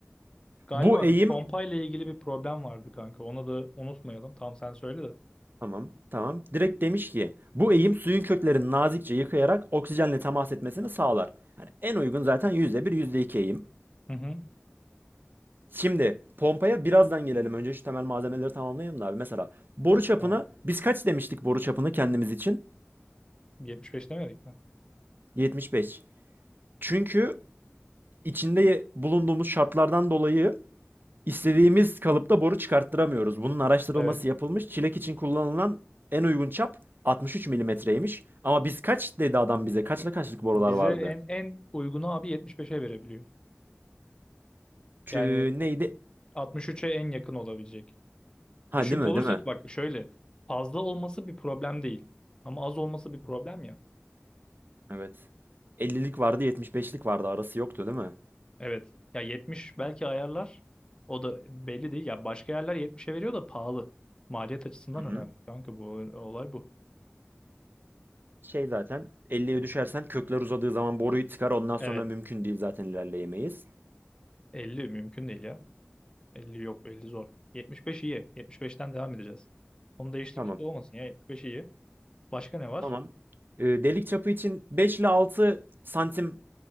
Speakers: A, on the left; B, on the right.
A: Galiba
B: Bu eğim
A: bir pompa ile ilgili bir problem vardı kanka. Onu da unutmayalım. Tam sen söyle de.
B: tamam tamam. Direkt demiş ki bu eğim suyun köklerini nazikçe yıkayarak oksijenle temas etmesini sağlar. Yani en uygun zaten yüzde bir %2 eğim.
A: Hı hı.
B: Şimdi pompaya birazdan gelelim. Önce şu temel malzemeleri tamamlayalım da abi. Mesela boru çapına
A: Tamam.
B: biz kaç demiştik boru çapını kendimiz için?
A: yetmiş beş demedik mi?
B: yetmiş beş Çünkü içinde bulunduğumuz şartlardan dolayı istediğimiz kalıpta boru çıkarttıramıyoruz. Bunun araştırılması
A: Evet.
B: yapılmış. Çilek için kullanılan en uygun çap 63 milimetreymiş. Ama biz kaç dedi adam bize? Kaçla kaçlık borular
A: Bize
B: vardı?
A: en en uygunu abi yetmiş beş'e verebiliyor.
B: Çü-
A: Yani
B: neydi?
A: altmış üç'e en yakın olabilecek.
B: Ha
A: Düşük
B: değil mi?
A: olursa
B: Değil mi?
A: bak şöyle fazla olması bir problem değil. Ama az olması bir problem ya.
B: Evet. 50'lik vardı, 75'lik vardı. Arası yoktu değil mi?
A: Evet. Ya 70 belki ayarlar. O da belli değil. Ya başka yerler 70'e veriyor da pahalı. Maliyet açısından
B: Hı hı.
A: önemli. Kanka bu olay bu.
B: Şey zaten 50'ye düşersen kökler uzadığı zaman boruyu tıkar. Ondan sonra
A: Evet.
B: mümkün değil zaten ilerleyemeyiz.
A: 50 mümkün değil ya. 50 yok 50 zor. 75 iyi. 75'ten devam edeceğiz. Onun değişiklik
B: Tamam.
A: olmasın ya. 75 iyi. Başka ne var?
B: Tamam. Ee, delik çapı için 5 ile 6 santim